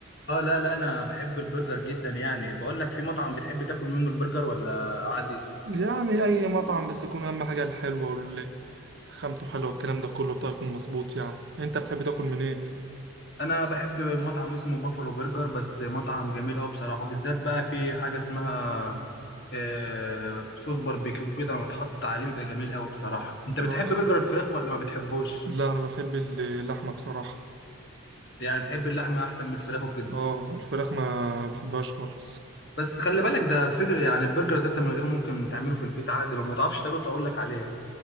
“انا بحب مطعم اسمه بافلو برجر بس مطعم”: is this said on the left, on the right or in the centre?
Left